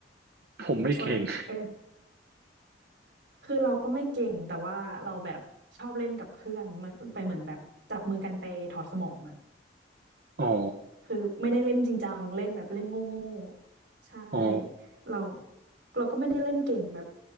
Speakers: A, on the right; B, on the right.
A: ผมไม่เก่ง
B: ส่วนเออคือเราก็ไม่เก่งแต่ว่าเราแบบชอบเล่นกับเพื่อนมันไปเหมือนแบบจับมือกันไปถอดสมองอ่ะ
A: อ๋อ
B: คือไม่ได้เล่นจริงจังเล่นแบบเล่นโง่ๆใช่
A: อ๋อ
B: เราเราก็ไม่ได้เล่นเก่งแบบ